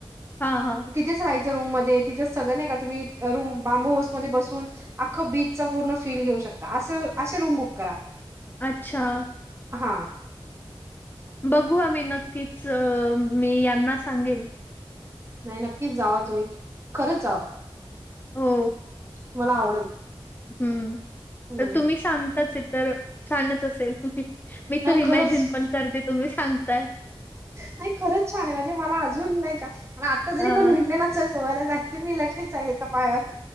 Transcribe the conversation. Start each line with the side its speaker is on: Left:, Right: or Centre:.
Left: हां, हां.
Right: तिथेच राहायच रूम मध्ये तिंथ सगळं नाही का तुमी रूम बांबू हाऊस मध्ये बसून अख्ख बीचचा पूर्ण फील घेऊ शकता अस असे रूम बुक करा
Left: अच्छा
Right: हा
Left: बघू आम्ही नक्कीच मी यांना सांगेन
Right: नाही नक्कीच जावा तुम्ही खरंच जावा
Left: हो
Right: तुम्हाला आवडेल
Left: हम्म
Right: हम्म
Left: तुम्ही सांगताचये तर छानच असेल मी
Right: नाही
Left: तर इमॅजिन
Right: खरंच
Left: पण करते तुम्ही सांगताय
Right: नाही खरच छान आहे म्हणजे मला अजून नाही का आता जरी
Left: अ
Right: कोनी म्हटले ना चल गोव्याला जायचं मी लगेच जाईल एका पायावर